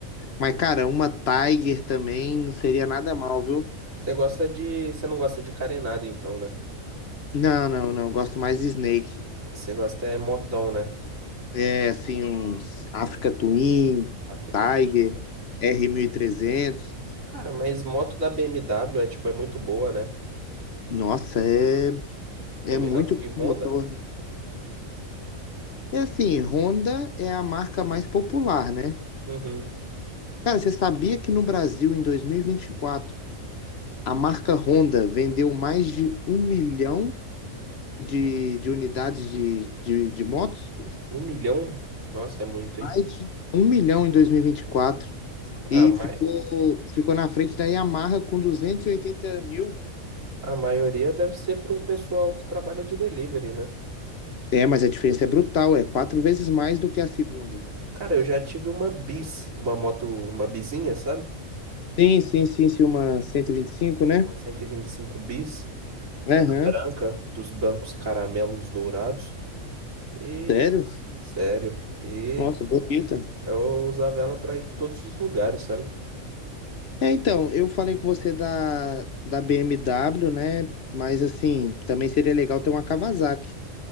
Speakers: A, on the left (about 55°); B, on the right (about 75°).
A: Mas, cara, uma Tiger também não seria nada mal, viu?
B: Você gosta de. Você não gosta de carenada, então, né?
A: Não, não, não, gosto mais de Snake.
B: Você gosta é motão, né?
A: É, assim, uns Africa Twin,
B: África.
A: Tiger,
B: do Norte.
A: r mil e trezentos
B: Cara, mas moto da BMW é tipo, é muito boa, né?
A: Nossa, é, é
B: É melhor
A: muito
B: do que Honda?
A: bom motor, né? É assim, Honda é a marca mais popular, né?
B: Uhum.
A: Cara, você sabia que no Brasil, em 2024, a marca Honda vendeu mais de um milhão de, de unidades de, de, de motos?
B: Um milhão? Nossa, é muito,
A: Mais
B: hein?
A: de um milhão em 2024. E
B: A, ma...
A: vinte e quatro. E ficou, ficou na frente da Yamaha com 280 mil.
B: a maioria deve ser pro pessoal que trabalha de delivery, né?
A: É, mas a diferença é brutal, é quatro vezes mais do que a segunda.
B: Cara, eu já tive uma bis, uma moto, uma bizinha, sabe?
A: Sim, sim, sim, sim, uma cento e e vinte e cinco, né?
B: Uma 125 bis.
A: Aham,
B: Era branca, dos bancos caramelos dourados. E.
A: sério?
B: Sério. E
A: Nossa, bonita.
B: eu usava ela pra ir em todos os lugares, sabe?
A: É, então, eu falei com você da, da BMW, né? Mas assim, também seria legal ter uma Kawasaki,